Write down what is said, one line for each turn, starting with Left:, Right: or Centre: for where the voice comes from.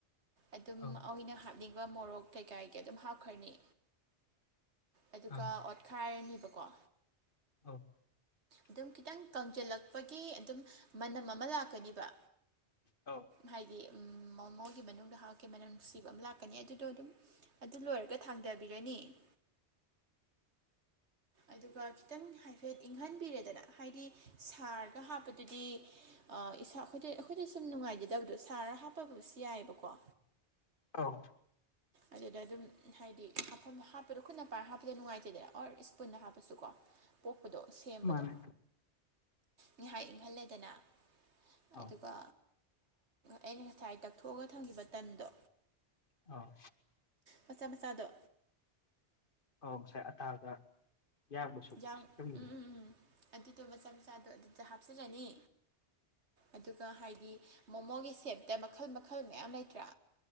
Right: ꯑꯗꯨꯝ
Left: ꯑꯧ
Right: ꯑꯅ ꯍꯥꯞꯅꯤꯡꯕ ꯃꯣꯔꯣꯛ ꯀꯩꯀꯥꯒꯤ ꯑꯗꯨꯝ ꯍꯥꯞꯈ꯭ꯔꯅꯤ ꯑꯗꯨꯒ
Left: ꯑꯥ
Right: ꯑꯣꯠꯈꯥꯏꯔꯅꯤꯕꯀꯣ
Left: ꯑꯧ
Right: ꯑꯗꯨꯝ ꯈꯤꯇꯪ ꯀꯪꯁꯤꯜꯂꯛꯄꯒꯤ ꯑꯗꯨꯝ ꯃꯥꯇꯝ ꯑꯃ ꯂꯥꯛꯀꯅꯤꯕ
Left: ꯑꯧ
Right: ꯍꯥꯏꯗꯤ ꯎꯝ ꯃꯥ ꯑꯣ ꯃꯣꯏꯒꯤ ꯃꯅꯨꯡꯗ ꯍꯥꯔꯛꯀꯦ ꯃꯅꯝ ꯅꯨꯡꯁꯤꯕ ꯑꯃ ꯂꯥꯛꯀꯅꯤ ꯑꯗꯨꯗꯣ ꯑꯗꯨꯝ ꯑꯗꯨ ꯂꯣꯏꯔꯒ ꯊꯥꯡꯊꯕꯤꯔꯅꯤ ꯁ ꯑꯗꯨꯒ ꯈꯤꯇꯪ ꯍꯥꯏꯐꯦꯠ ꯏꯪꯍꯟꯕꯤꯔꯦꯗꯅ ꯍꯥꯏꯗꯤ ꯁꯥꯔꯒ ꯍꯥꯞꯄꯗꯨꯗꯤ ꯏꯁꯥ ꯑꯩꯈꯣꯏꯗ ꯑꯩꯈꯣꯏꯗ ꯁꯨꯝ ꯅꯨꯡꯉꯥꯏꯖꯗꯕꯗꯣ ꯁꯥꯔ ꯍꯥꯞꯄ ꯐꯕꯁꯨ ꯌꯥꯏꯑꯕꯀꯣ
Left: ꯑꯧ
Right: ꯑꯗꯨꯗ ꯑꯗꯨꯝ ꯍꯥꯏꯗꯤ ꯍꯥꯞꯐꯝ ꯍꯥꯞꯄꯗꯣ ꯈꯨꯠꯅ ꯄꯥꯏꯔ ꯍꯥꯞꯄꯗ ꯅꯨꯡꯉꯥꯏꯇꯦꯗꯅ ꯑꯣꯔ ꯏꯁꯄꯨꯟꯗ ꯍꯥꯞꯄꯁꯨꯀꯣ ꯄꯣꯛꯄꯗꯣ ꯁꯦꯝꯕꯗꯣ
Left: ꯃꯥꯅꯦ
Right: ꯉꯥꯏꯍꯥꯛ ꯏꯪꯍꯜꯂꯦꯗꯅ
Left: ꯑꯧ
Right: ꯑꯗꯨꯒ ꯑꯩꯅ ꯉꯁꯥꯏ ꯇꯛ ꯊꯣꯛꯑꯒ ꯊꯝꯈꯤꯕ ꯇꯟꯗꯣ
Left: ꯑꯧ
Right: ꯃꯆꯥ ꯃꯆꯥꯗꯣ
Left: ꯑ ꯉꯁꯥꯏ ꯑꯇꯥꯒꯥ ꯌꯥꯝꯒꯥ ꯁꯨꯔꯒꯥ
Right: ꯌꯥꯝ
Left: ꯁꯦꯝꯒꯤꯕꯗꯣ
Right: ꯎꯝ ꯎꯝ ꯎꯝ ꯑꯗꯨꯗꯣ ꯃꯆꯥ ꯃꯆꯥꯗꯣ ꯑꯗꯨꯗꯣ ꯍꯥꯞꯆꯤꯜꯂꯅꯤ ꯑꯗꯨꯒ ꯍꯥꯏꯗꯤ ꯃꯣꯃꯣꯒꯤ ꯁꯦꯞꯇ ꯃꯈꯜ ꯃꯈꯜ ꯃꯌꯥꯝ ꯂꯩꯇ꯭ꯔꯥ